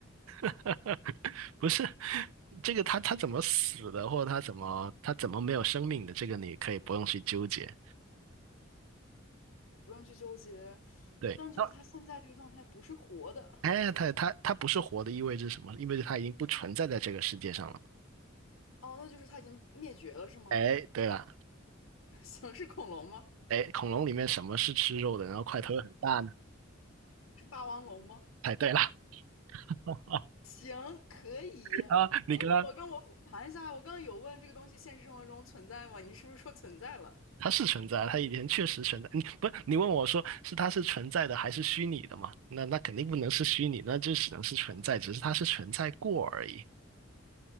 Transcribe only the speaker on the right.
<laughs> 不是这个他他怎么死的，或者他怎么他怎么没有生命的，这个你可以不用去纠结。
对，
他哎，他他他不是活的，意味着什么？意味着他已经不存在在这个世界上了。
哎，对了，
哎，恐龙里面什么是吃肉的，然后块头又很大呢？
哎，对了，<laughs>
啊，你刚刚
他是存在，他以前确实存在。你不，你问我说是它是存在的还是虚拟的嘛？那那肯定不能是虚拟，那就只能是存在，只是它是存在过而已。